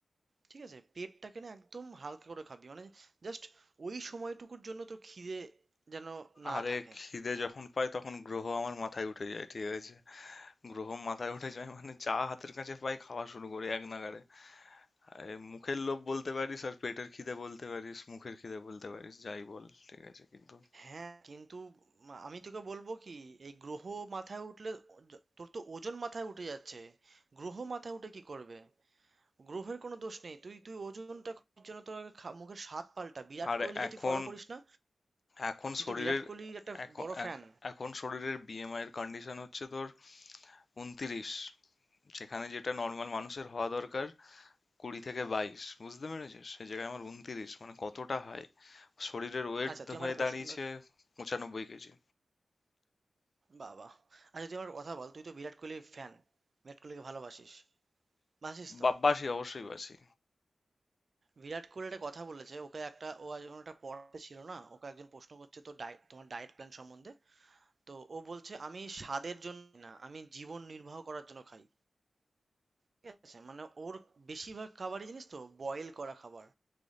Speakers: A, on the right (about 55°); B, on the left (about 50°).
A: ঠিক আছে পেটটাকে না একদম হালকা করে খাবি মানে জাস্ট ওই সময়টুকুর জন্য তোর খিদে যেন না
B: আরে
A: থাকে
B: খিদে যখন পাই তখন গ্রহ আমার মাথায় উঠে যায় ঠিক আছে গ্রহ মাথায় উঠে যায় মানে যা হাতের কাছে পাই খাওয়া শুরু করি এক নাগাড়ে আরে মুখের লোভ বলতে পারিস আর পেটের খিদে বলতে পারিস মুখের খিদে বলতে পারিস যাই বল ঠিক আছে কিন্তু
A: হ্যাঁ কিন্তু উম, আমি তোকে বলবো কি এই গ্রহ মাথায় উঠলে ও- য- তোর তো ওজন মাথায় উঠে যাচ্ছে গ্রহ মাথায় উঠে কি করবে গ্রহের কোনো দোষ নেই তুই তুই ওজনটা কমানোর জন্য তোর আগে খা- মুখের স্বাদ পাল্টা বিরাট
B: আর
A: কোহলিকে
B: এখন
A: তুই ফলো করিস না
B: এখন
A: তুই
B: শরীরের
A: তো বিরাট কোহলির একটা
B: এখন
A: বড় ফ্যান
B: এখ- এখন শরীরের বিএমআই এর কন্ডিশন হচ্ছে তোর উনতিরিশ যেখানে যেটা নর্মাল মানুষের হওয়া দরকার কুড়ি থেকে বাইশ বুঝতে পেরেছিস সে জায়গায় আমার উনতিরিশ মানে কতটা হাই শরীরের ওয়েট
A: আচ্ছা তুই আমার
B: হয়ে
A: একটা প্রশ্ন
B: দাঁড়িয়েছে পঁচানব্বই কেজি
A: বাবা আচ্ছা তুই আমার কথা বল তুই তো বিরাট কোহলির ফ্যান বিরাট কোহলিকে ভালোবাসিস বাসিস তো
B: বা- বাসি অবশ্যই বাসি
A: বিরাট কোহলি একটা কথা বলেছে ওকে একটা ও একজন একটা পড়াতে ছিল না ওকে একজন প্রশ্ন করছে তো ডায়েট তোমার ডায়েট প্ল্যান সম্বন্ধে তো ও বলছে আমি স্বাদের জন্য না আমি জীবন নির্বাহ করার জন্য খাই ঠিক আছে মানে ওর বেশিরভাগ খাবারই জানিস তো বয়েল করা খাবার